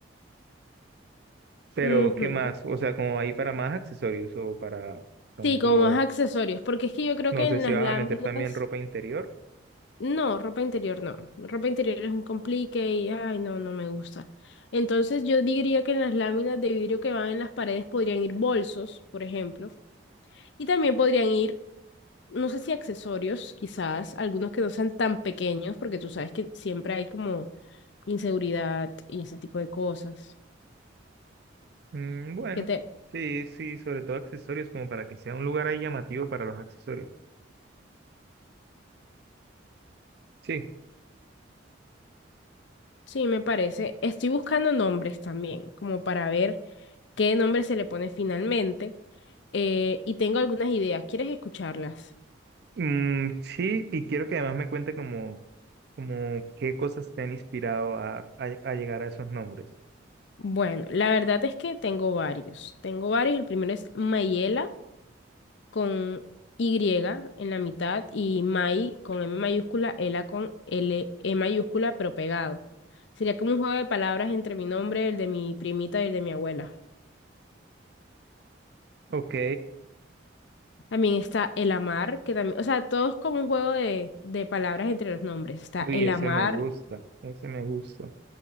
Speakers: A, on the right; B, on the left.
A: Pero,
B: Ujú.
A: ¿qué más? O sea, como ahí para más accesorios o para pronto,
B: Sí, como más accesorios, porque es que yo creo
A: no
B: que
A: sé
B: en
A: si
B: las
A: vas
B: láminas
A: a meter también ropa interior.
B: No, ropa interior no. Ropa interior es un complique y ay, no, no me gusta. Entonces yo diría que en las láminas de vidrio que van en las paredes podrían ir bolsos, por ejemplo, y también podrían ir, no sé si accesorios, quizás, algunos que no sean tan pequeños, porque tú sabes que siempre hay como inseguridad y ese tipo de cosas.
A: Mm, bueno,
B: Que te...
A: sí, sí, sobre todo accesorios, como para que sea un lugar ahí llamativo para los accesorios. Sí.
B: Sí, me parece. Estoy buscando nombres también, como para ver qué nombre se le pone finalmente, eh, y tengo algunas ideas. ¿Quieres escucharlas?
A: Mm, sí, y quiero que además me cuente como, como qué cosas te han inspirado a, a- a llegar a esos nombres.
B: Bueno, la verdad es que tengo varios. Tengo varios. El primero es Mayela con Y en la mitad y May con M mayúscula, Ela con L E mayúscula, pero pegado. Sería como un juego de palabras entre mi nombre, el de mi primita y el de mi abuela.
A: Ok,
B: También está El Amar, que también, o sea, todo es como un juego de, de palabras entre los nombres. Está
A: uy,
B: El
A: ese
B: Amar,
A: me gusta, ese me gusta.